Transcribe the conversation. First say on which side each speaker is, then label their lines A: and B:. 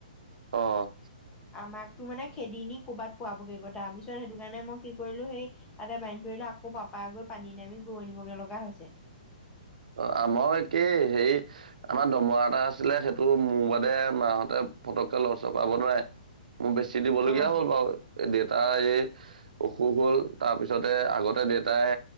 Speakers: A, on the right (about 75°); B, on the left (about 15°).
A: অ',
B: আমাকতো মানে খেদি নি কৰ'বাত পোৱাবগৈ তাৰ পিছত সেইটো কাৰণে মই কি কৰিলো সেই তাতে বান্ধ ধৰি লও আকৌ পাপাই গৈ পানী নামি গৰু আনিবগৈ লগা হৈছে।
A: অ, আমাৰো একেই হেৰি আমাৰ দমৰা এটা আছিলে সেইটো মোৰ বাদে মাহতে ফটককে লৰচৰ কৰাব নোৱাৰে মোৰ বেছি দিব লগীয়া
B: অ
A: হ'ল বাৰু। দেউতাৰ এই অসুখ হ'ল তাৰ পিছতে আগতে দেউতাই